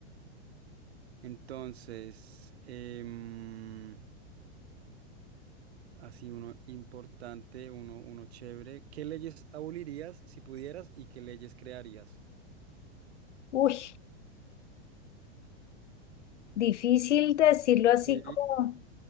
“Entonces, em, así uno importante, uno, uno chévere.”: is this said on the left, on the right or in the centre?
Right